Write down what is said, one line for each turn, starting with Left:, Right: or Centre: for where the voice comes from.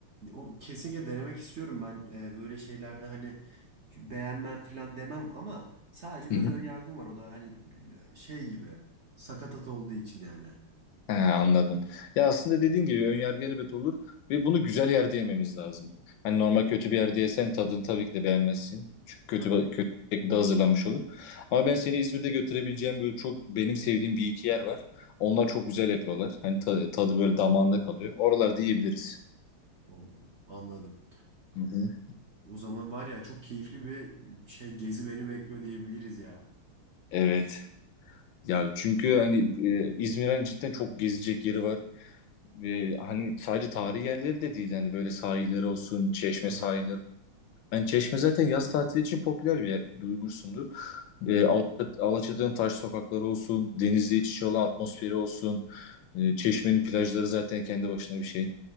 Right: o, kesinlikle denemek istiyorum ben e, böyle şeylerde hani beğenmem falan demem ama sadece
Left: Hı
Right: biraz
Left: hı.
Right: ön yargım var o da hani şey gibi sakatat olduğu için yani.
Left: He, anladım. Ya aslında dediğin gibi önyargı elbet olur ve bunu güzel yerde yememiz lazım. Hani normal kötü bir yerde yesen tadını tabii ki de beğenmezsin. Çünkü kötü
Right: Ha.
Left: kötü bir şekilde hazırlanmış olur. Ama ben seni İzmir'de götürebileceğim böyle çok benim sevdiğim bir iki yer var. Onlar çok güzel yapıyorlar. Hani ta- tadı böyle damağında kalıyor. Oralarda yiyebiliriz.
Right: O, anladım.
Left: Hı hı.
Right: O zaman var ya çok keyifli bir şey gezi beni bekliyor diyebiliriz ya.
Left: Evet. Yani çünkü hani e, İzmir'in hani cidden çok gezecek yeri var. Ve hani sadece tarihi yerleri de değil. Hani böyle sahilleri olsun, Çeşme
Right: Aha.
Left: sahilleri Yani Çeşme zaten yaz tatili için popüler bir yer duymuşsundur. E, Alaçat- Alaçatı'nın taş sokakları olsun, denizle iç içe olan atmosferi olsun. e, Çeşme'nin plajları zaten kendi başına bir şey.